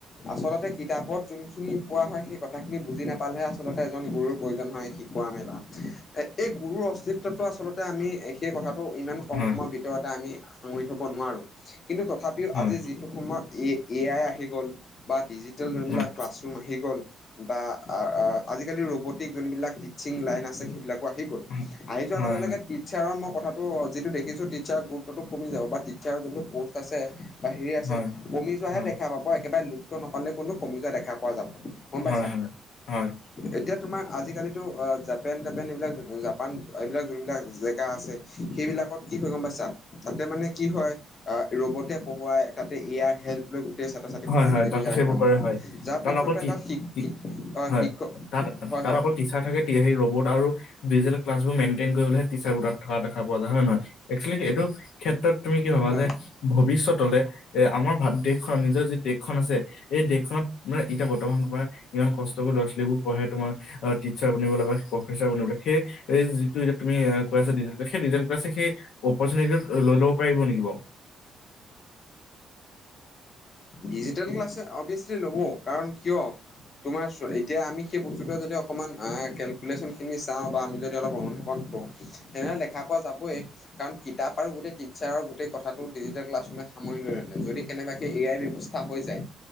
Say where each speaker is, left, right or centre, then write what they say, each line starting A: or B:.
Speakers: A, on the left (about 40°); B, on the left (about 75°).
A: আচলতে কিতাপত যোনখিনি পোৱা হয়, সেই কথাখিনি বুজি নাপালেহে আচলতে এজন গুৰুৰ প্ৰয়োজন হয় শিকোৱা মেলা। এ' এই গুৰুৰ অস্তিত্বটো আচলতে আমি সেই কথাটো ইমান কম
B: হয়
A: সময়ৰ ভিতৰত ভিতৰতে আমি সাঙুৰি থব নোৱাৰো। কিন্তু তথাপিও
B: হয়
A: আজি যিটো সময়ত এ আই আহি গ'ল বা ডিজিটেলবিলাক
B: হয়,
A: ক্লাছ- আহি গ'ল বা আহ আজিকালি ৰবতিন যোন বিলাক টিছং লাইন আছে সেইবিলাক- আহি গ'ল।
B: হয়,
A: আহি যোৱাৰ
B: হয়,
A: লগে-লগে। টিচাৰৰ মই কথাটো যিটো দেখিছো টিচাৰৰ গুৰুত্বটো কমি যাব বা টিচাৰৰ যোনটো প'ষ্ট আছে। বাহিৰে আছে
B: হয়,
A: কমি যোৱাহে
B: হয়,
A: দেখা পাব। একেবাৰে লুপটো নাপালেও কোনো কমি যোৱা দেখা পোৱা যাব। গম পাইছা।
B: হয়, হয়,
A: এতিয়া- তোমাৰ আজিকালিটো অহ', - জাপেন-তাপেন এইবিলাক জাপান এইবিলাক যোনবিলাক- শিকা আছে। সেইবিলাকত কি হয় গম পাইছা, তাতে মানে কি হয় আ ৰবতে পঢ়ৱাই তাতে এয়াৰ হেল্প লৈ গোটেই ছাত্ৰ-ছাত্ৰীসমূহে
B: হয়, হয়,
A: নিজে-নিজে
B: তাত সেইবোৰ
A: অধ্যয়ন কৰে।
B: হয়।
A: যাৰ ফলস্বৰূপে
B: অকল কি
A: তাত শি
B: কি
A: শিক অহ
B: হয়,
A: শিক্ষক
B: তাত
A: হয়
B: তাত
A: হয়।
B: অকল টিচাৰ থাকে এতিয়া সেই ৰবট আৰু ডিটেল ক্লাছৰোম মেণ্টেইন কৰিবলেহে টিচাৰবোৰক থকা দেখা পোৱা যায়। হয় নে নহয় একচলি এইটো ক্ষেত্ৰত তুমি কি ভবা
A: হয়
B: যে ভৱিষ্যত'লে এ আমাৰ ভাৰত দেশখন নিজৰ যি দেশখন আছে এই দেশখনত মানে এতিয়া বৰ্তমান সময় ইমান কষ্ট কৰি ল'ৰা-ছোৱালীবোৰ পঢ়াই তোমাৰ অহ' টিচাৰ বনিবলে বা প্ৰফেচাৰ বনিবলে সেই এই যিটো এতিয়া তুমি কৈ আছা ডিজিটেল সেই ডিজিটেল ক্লাছে সেই অপ'চনিতিটো লৈ ল'ব পাৰিব নেকি বাও
A: ডিজিটেল ক্লাছে অব্যেচলি ল'ব, কাৰণ কিয় তোমাৰ এতিয়া আমি সেই বস্তুটো যদি অকমান কেলকুলেশ্যন খিনি চাওঁ বা আমি যদি অলপ অনুমান কৰো তেনেহ'লে দেখা পোৱা যাবই। কাৰণ কিতাপ আৰু গোটেই টিচাৰৰ গোটেই কথাটো ডিজিটেল ক্লাছৰুমে সামৰি লৈ আনে। যদি কেনেবাকে এ আই ব্যবস্থা হৈ যায়